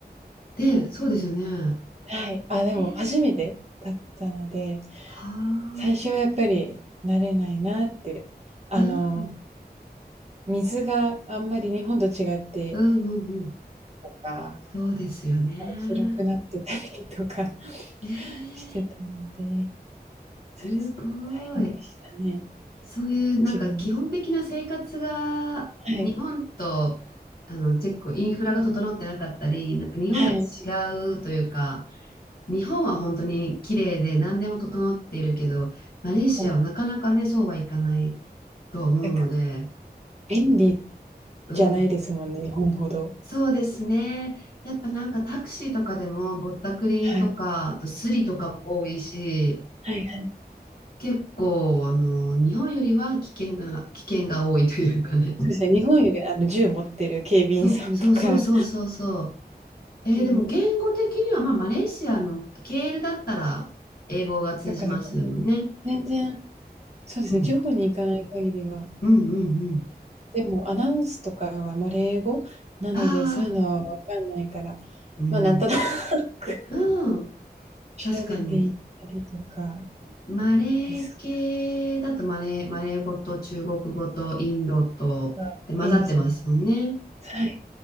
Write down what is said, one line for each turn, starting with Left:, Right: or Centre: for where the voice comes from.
Left: で、そうですよね。
Right: はい。あ、でも初めてだったので、
Left: えー、は
Right: 最初はやっぱり慣れないなって。
Left: あ、
Right: あの、
Left: うん、
Right: 水があんまり日本と違って
Left: うん、うん、うん。
Right: とか、
Left: そうですよね。
Right: 広くなってたりとか
Left: えー、
Right: <laughs> してたので、そうですね、
Left: すごい。
Right: 大変でしたね、
Left: そういう、なんか基本的な生活が、
Right: 自分で。はい、
Left: 日本と、あの、チェック、インフラが整ってなかったり、なんか日本と違うというか、
Right: はい、はい。
Left: 日本は本当に綺麗で何でも整っているけど、マレーシアはなかなかね、
Right: もう、
Left: そうはいかないとは思うので、
Right: なんか、便利
Left: うん、
Right: じゃないですもんね、日本ほど。
Left: そうですね。やっぱなんかタクシーとかでもぼったくりとか、
Right: はい、
Left: あとスリとかも多いし、
Right: はいはい。
Left: 結構あの日本よりは危険が、危険が多いというかね。
Right: そうですね、日本よりあの銃持ってる警備員さんとか
Left: そうそうそうそうそうそう。えーでも言語的には、
Right: に、
Left: まあ、マレーシアのケールだったら英語が通じますもんね。
Right: とかそこら辺、全然、そうですね、
Left: うん。
Right: 地方に行かない限りは
Left: うんうん
Right: でもアナウンスとかは、ま、
Left: う
Right: 英語なので、
Left: ん。ああ、
Right: そういうのはわかんないから、
Left: うん。
Right: ま、なんとなく <laughs>
Left: うん。
Right: 調べていったりとか
Left: 確かに。マレー系だとマレー、
Right: です
Left: マレー語と中国語とインドとで混ざってますもんね。
Right: が、いいですね。はい、